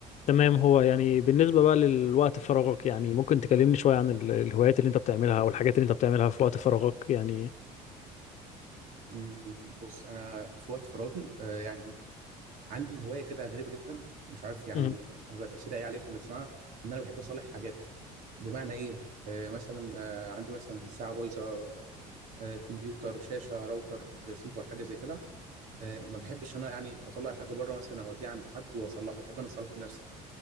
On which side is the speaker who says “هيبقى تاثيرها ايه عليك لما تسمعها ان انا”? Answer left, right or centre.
Right